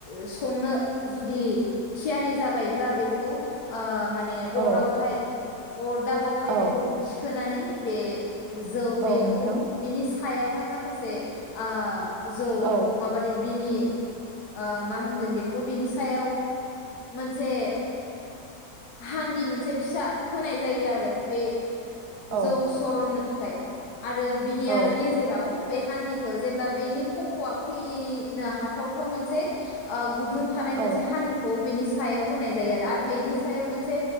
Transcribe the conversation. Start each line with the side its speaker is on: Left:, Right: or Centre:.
Left: स संनो जुदि थियारि जाबायब्ला बेखौ ओ माने
Right: औ
Left: अरावहाय अरदाबावहाय
Right: औ
Left: बेखौ थिखोनानै बे जौ
Right: औ
Left: बेखौ
Right: नोंथां
Left: बिनि सायावहाय माखासे ओ जौखौ
Right: औ
Left: माबादि बिनि ओ मा होनगोन बेखौ बिनि सायाव मोनसे हान्दि मोनसे फिसा होनाय जायो आरो बे
Right: औ
Left: जौ सरननो थाखाय <unintelligible> आरो बिनि
Right: औ
Left: आरो गेजेराव बेे हान्दि खौ जेब्ला बेनि खफ'आ फै नो हा थावथाव मोनसे ओ गुदुं थानाय
Right: औ
Left: मोनसे हान्दिखौ बेनि सायाव होनाय जायो आरो आरो बेनि सायाव मोनसे